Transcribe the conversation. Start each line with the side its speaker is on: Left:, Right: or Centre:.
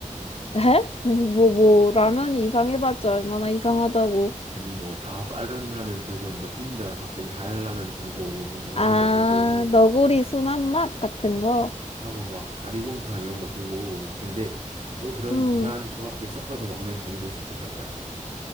Left: 에? 무슨, 뭐, 뭐, 라면이 이상해봤자 얼마나 이상하다고.
Right: 아니 뭐 다 빨간 라면 들고 오는데 혼자 갑자기 하얀 라면 들고 오고 뭐 이상한
Left: 아,
Right: 거 들고 오고
Left: 너구리 순한 맛 같은 거?
Right: 하고 막 사리곰탕 이런 거 들고 오고 막 근데 또 그런
Left: 응,
Right: 이상한 조합들 섞어서 먹는 재미도 있었지 살짝.